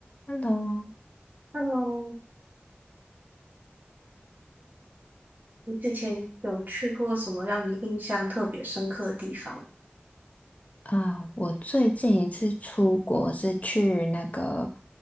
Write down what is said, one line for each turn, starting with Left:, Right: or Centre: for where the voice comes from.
Left: Hello，Hello，
Right: Hello，你之前有去过什么让你印象特别深刻的地方吗？
Left: 啊，我最近一次出国是去那个